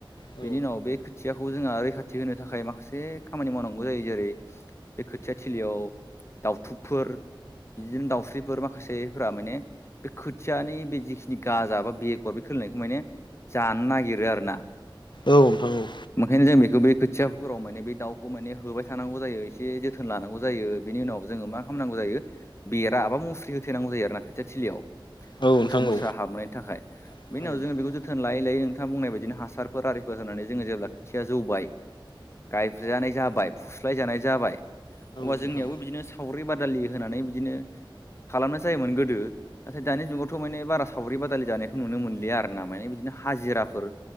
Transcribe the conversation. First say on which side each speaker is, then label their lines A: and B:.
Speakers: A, on the left (about 60°); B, on the left (about 30°).
A: औ
B: बेनि उनाव बे खोथियाखौ जोंहा रैखाथि होनो से खामानि मावनांगौ जायो जेरै बे खोथिया थिलियाव दउथुबफोर बिदिनो दाउस्रिफोर माखासेफोरा माने बे खोथियानि बे जिखिनि गाजा बा बेगर बे खोलायनायखौ माने जानो नागिरो आरो ना
A: औ नोंथां औ।
B: मोहे जें बेखौ बै बै थियाफोराव माने बे दाउखौ माने होबाय थानांगौ जायो एसे जोथोन लानांगौ जायो बेनि उनाव हामनांगौ जायो बेरा बा मुस्रि होथैेनांगौ जायो आरो ना खोथिया थिलियाव
A: औ नोंथां
B: मोसौ मोसा
A: औ
B: हाबनायनि थाखाय
A: औ
B: बेनि उनाव जोङो बेखौ जोथोन लायै लायै नोंथाङा बुंनाय बायदिनो हासारफोर आरिफोर नानै जोङो जेब्ला खोथिया जौबाय गायफुजानाय जाबाय फुस्लाय जानाय जाबाय अबा
A: नोंथां
B: जोंनियावबो बिदिनो सावरि बादालि होनानै बिदिनो खालामनाय जायोमोन गोदो नाथाय दानि जुगावथ' माने बारा सावरि बादालि जानायखौ नुनो मोनलिया आर ना माने बिदिनो हाजिराफोर